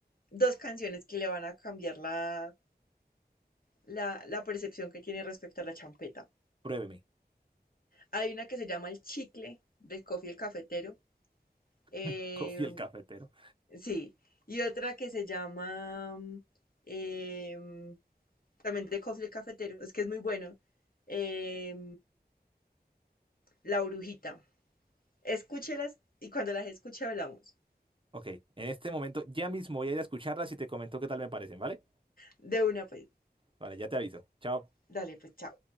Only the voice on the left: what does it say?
dos canciones que le van a cambiar la, la, la percepción que tiene respecto a la champeta.
Hay una que se llama El Chicle, del Coffee el Cafetero. eh,
sí, y otra que se llama em, también de Coffee el Cafetero, es que es muy bueno. Eh, la Brujita. Escúchelas y cuando las escuche hablamos.
De una, pues,
dale, pues, chao.